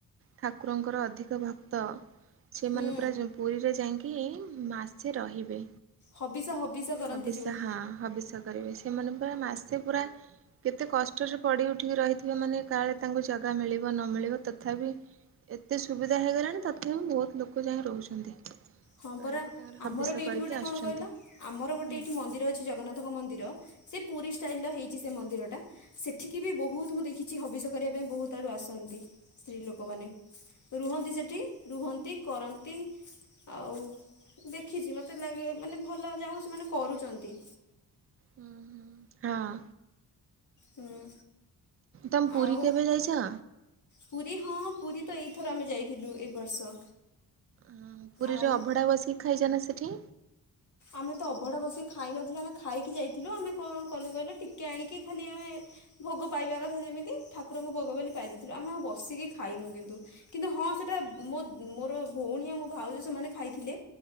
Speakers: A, on the right; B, on the left.
A: ଠାକୁରଙ୍କର ଅଧିକ ଭକ୍ତ, ସେମାନେ
B: ହୁଁ
A: ପୁରା ଯଁ ପୁରୀ ରେ ଯାଇଁକି ମାସେ ରହିବେ।
B: ହବିଷ ହବିଷ କରନ୍ତି
A: ହବିଷ
B: ଯେଉଁ
A: ହଁ ହବିଷ କରିବେ। ସେମାନେ ପୁରା ମାସେ ପୁରା କେତେ କଷ୍ଟରେ ପଡି ଉଠିକି ରହିଥିବେ, ମାନେ କାଳେ ତାଙ୍କୁ ଜାଗା ମିଳିବ ନ ମିଳିବ ତଥାପି ଏତେ ସୁବିଧା ହେଇଗଲାଣି, ତଥାପି ବହୁତ୍ ଲୋକ ଯାଇଁ ରହୁଛନ୍ତି।
B: ହଁ
A: ରହିକି
B: ପରା।
A: ତାଙ୍କର
B: ଆମର
A: ହବିଷ
B: ବି ଏଇଠି
A: କରିକି
B: ଗୋଟେ
A: ଆସୁଛନ୍ତି।
B: କଣ କହିଲ, ଆମର ଗୋଟେ
A: ହୁଁ
B: ଏଇଠି ମନ୍ଦିର ଅଛି ଜଗନ୍ନାଥଙ୍କ ମନ୍ଦିର୍ ର, ସେ ପୁରୀ ଷ୍ଟାଇଲ୍ ର ହେଇଛି ସେ ମନ୍ଦିରଟା ସେଠିକି ବି ବହୁତ୍ ମୁଁ ଦେଖିଚି ହବିଷ କରିବା ପାଇଁ ବହୁତ୍ ଆଡୁ ଆସନ୍ତି, ସ୍ତ୍ରୀ ଲୋକମାନେ। ରୁହନ୍ତି ସେଠି। ରୁହନ୍ତି କରନ୍ତି। ଆଉ ଦେଖିଛି ମତେ ଲାଗେ ମାନେ ଭଲ ଯାହା ହେଉ ସେମାନେ କରୁଚନ୍ତି।
A: ହୁଁ ହୁଁ ହଁ।
B: ହୁଁ,
A: ତମେ ପୁରୀ
B: ଆଉ
A: କେବେ ଯାଇଛ?
B: ପୁରୀ ହଁ, ପୁରୀ ତ ଏଇଥର ଆମେ ଯାଇଥିଲୁ, ଏଇ ବର୍ଷ।
A: ଅଁ ପୁରୀରେ
B: ଆଉ
A: ଅଭଢ଼ା ବସିକି ଖାଇଛା ନା ସେଠି?
B: ଆମେ ତ ଅଭଢ଼ା ବସିକି ଖାଇନଥିଲୁ ଆମେ ଖାଇକି ଯାଇଥିଲୁ, ଆମେ କଣ କଲୁ କହିଲ, ଟିକେ ଆଣିକି ଖାଲି ଆମେ ଭୋଗ ପାଇବା କଥା ଯେମିତି, ଠାକୁରଙ୍କୁ ଭୋଗ ବୋଲି ପାଇଦେଇଥିଲୁ। ଆମେ ଆଉ ବସିକି ଖାଇନୁ କିନ୍ତୁ। କିନ୍ତୁ ହଁ ସେଟା ମୋ ମୋର ଭଉଣୀ ଆଉ ମୋ ଭାଉଜ ସେମାନେ ଖାଇଥିଲେ।